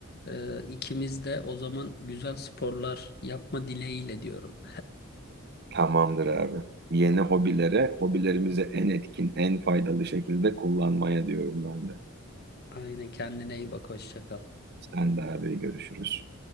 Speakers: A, on the left (about 50°); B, on the right (about 50°).
A: E, ikimiz de o zaman güzel sporlar yapma dileğiyle diyorum.
B: Tamamdır abi. Yeni hobilere, hobilerimizi en etkin, en faydalı şekilde kullanmaya diyorum ben de.
A: Aynen kendine iyi bak, hoşça kal.
B: Sen de abi görüşürüz.